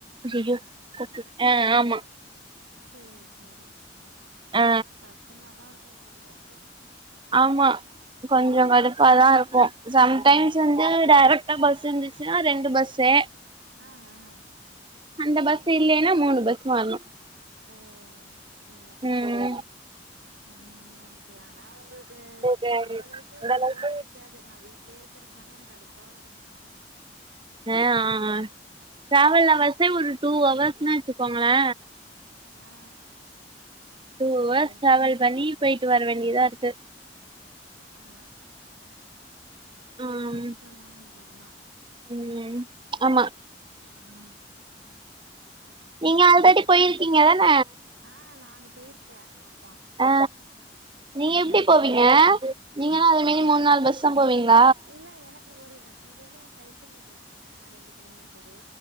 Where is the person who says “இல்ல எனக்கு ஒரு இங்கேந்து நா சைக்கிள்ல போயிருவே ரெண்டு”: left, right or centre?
Right